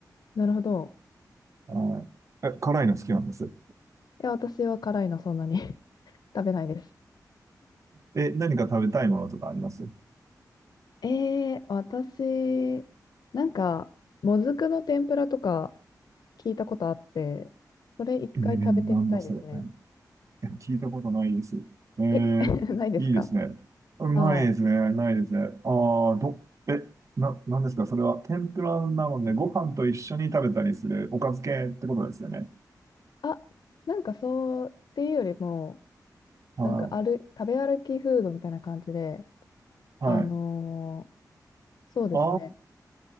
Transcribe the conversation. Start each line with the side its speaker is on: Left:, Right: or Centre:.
Left: なるほど。
Right: はいえ、辛いの好きなんです。
Left: いや、私は辛いのそんなに <laughs> 食べないです。
Right: え、何か食べたいものとかあります
Left: えー、私、なんか、もずくの天ぷらとか聞いたことあって、それ一回食べてみたいですね。
Right: えー、なんだそれ。え聞いたことないです。えー、
Left: え、<laughs> ないですか
Right: いいですね。ないですね。
Left: はい。
Right: ないですね。ああ、ど、え、な、なんですかそれは天ぷらなので、ご飯と一緒に食べたりするおかず系ってことですよね。
Left: あ、なんかそうっていうよりも、
Right: は
Left: なんかある、食べ歩きフードみたいな感じで、
Right: い。
Left: あのー
Right: はい。
Left: そうですね。
Right: あ